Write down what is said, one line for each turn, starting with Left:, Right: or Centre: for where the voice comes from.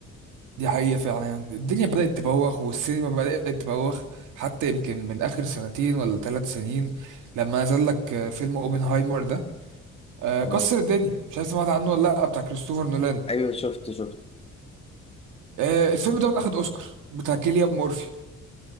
Right: دي حقيقة فعلا يعني الدنيا بدأت تبوخ والسينما بدأت تبوخ حتى يمكن من آخر سنتين ولا ثلاث سنين لما نزل لك آه، فيلم اوبنهايمر ده آه،
Left: اه
Right: كسر الدنيا مش عارف سمعت عنه ولا لا بتاع كريستوفر نولان
Left: ايوه شفت شفت
Right: آه، الفيلم دوت اخد اوسكار بتاع كيليان مورفي